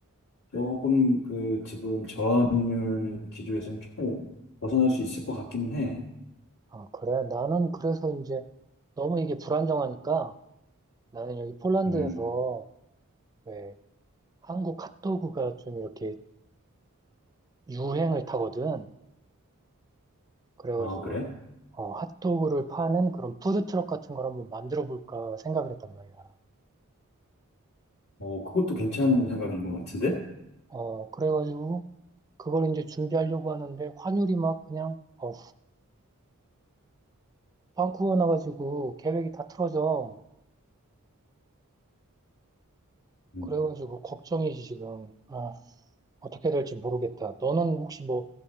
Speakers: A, on the left; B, on the right.
A: 조금 그 지금 저항률 기조에서는 조금 벗어날 수 있을 것 같기는 해.
B: 아, 그래. 나는 그래서 이제 너무 이게 불안정하니까 나는 여기 폴란드에서
A: 음.
B: 왜 한국 핫도그가 좀 이렇게 유행을 타거든. 그래가지고,
A: 아, 그래?
B: 어, 핫도그를 파는 그런 푸드트럭 같은 걸 한번 만들어 볼까 생각을 했단 말이야.
A: 어, 그것도 괜찮은 생각인 것 같은데?
B: 어, 그래가지고 그걸 이제 준비하려고 하는데 환율이 막 그냥 어, 빵꾸가 나가지고 계획이 다 틀어져.
A: 음.
B: 그래가지고 걱정이지 지금. 아, 어떻게 해야 될지 모르겠다. 너는 혹시 뭐